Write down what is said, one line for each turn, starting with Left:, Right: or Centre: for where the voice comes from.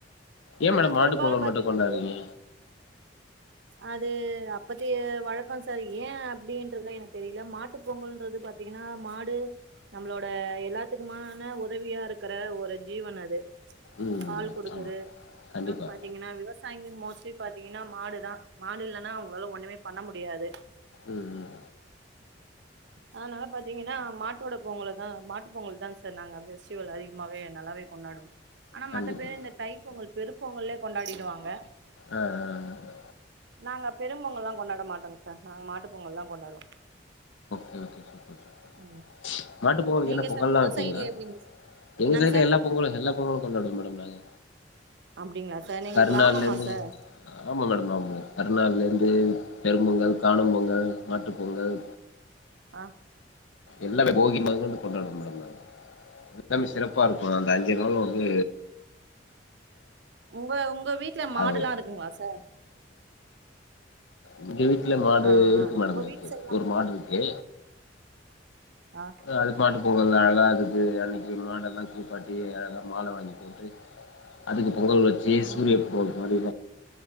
Left: ஏன்
Right: ஆனா
Left: மேடம் மாட்டு
Right: பெரும்பாலு
Left: பொங்கல்
Right: பாத்தீங்கன்னா
Left: மட்டும் கொண்டாடுறீங்க
Right: நெறைய அது அப்பதைய வழக்கோ சார் ஏ அப்டின்றது எனக்கு தெரில மாட்டு பொங்கல்ன்றது பாத் தீங்கன்னா மாடு நம்மளோட எல்லாத்துக்குமான உதவியா இருக்குற ஒரு ஜீவன் அது
Left: ம்
Right: பால் குடுக்குது
Left: ஆமாம் கண்டிப்பாக
Right: இன்னொன்னு பாத்தீங்கன்னா விவசாயிங்க மோஸ்ட்லி பாத்தீங்கன்னா மாடுதா மாடு இல்லன்னா அவுங்களால ஒண்ணுமே பண்ண முடியாது
Left: ம் ம்
Right: அதனால பாத்தீங்கன்னா மாட்டோட பொங்கலதா மாட்டு பொங்கல்தாங்க சார் நாங்க பெஸ்டிவல் அதிகமாவே நல்லாவே கொண்டாடுவோ ஆனா
Left: கண்டிப்பாக
Right: மத்த பேரு இந்த தை பொங்கல் பெருப்பொங்கலே கொண்டாடிடுவாங்க
Left: ஆ ஆ ஆ
Right: நாங்க பெரும் பொங்கல்லா கொண்டாட மாட்டோங்க சார் நாங்க மாட்டு பொங்கல்தா கொண்டாடுவோ
Left: ஓகே சூப்பர் சூப்பர்
Right: ம்
Left: மாட்டுப்பொங்கல்க்கு
Right: நீங்க
Left: என்ன பொங்கல்லா
Right: சார் உங்க
Left: வப்பீங்களா
Right: சைட்ல எப்டிங்க
Left: எங்க
Right: என்னங்க
Left: சைடுல
Right: சார்
Left: எல்லா பொங்கலு எல்லா பொங்கலு கொண்டாடுவோ மேடம் நாங்க
Right: அப்டிங்களா சார் நீங்க
Left: கறிநாள்ல
Right: கிராமமா
Left: இருந்து
Right: சார்
Left: ஆமா மேடம் ஆமா கறிநாள்ல இருந்து பெரும் பொங்கல் காணும் பொங்கல் மாட்டுப்பொங்கல்
Right: ஆ
Left: எல்லா அந்த போகி மொதக்கொண்டு கொண்டாடுவோ மேடம் நாங்க எல்லாமே சிறப்பா இருக்கு அந்த அஞ்சி நாளு வந்து
Right: உங்க உங்க வீட்ல மாடுல்லா
Left: அது
Right: இருக்குங்களா சார்
Left: எங்க வீட்ல மாடு
Right: ஆ
Left: இருக்கு
Right: ஆ
Left: மேடம்
Right: உங்க
Left: இருக்கு
Right: வீட்டு சைட்லா
Left: ஒரு மாடு இருக்கு
Right: ஆ
Left: அதுக்கு மாட்டு பொங்கல்னா அழகா அதுக்கு அன்னிக்கி மாடெல்லா குளிப்பாட்டி அழகா மால வாங்கி போட்டு அதுக்கு பொங்கல் வச்சி
Right: ம்
Left: சூரிய பொங்கல்க்கு மாரிருவோ